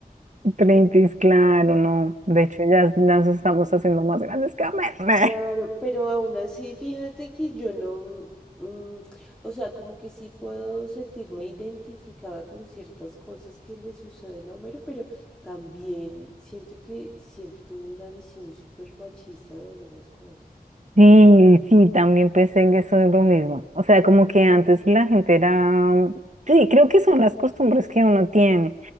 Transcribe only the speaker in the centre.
Claro,
pero aún así, fíjate que yo no, mm, o sea, como que sí puedo sentirme identificada con ciertas cosas que le suceden a Homero, pero también siento que siempre tuvo una visión súper machista de algunas cosas.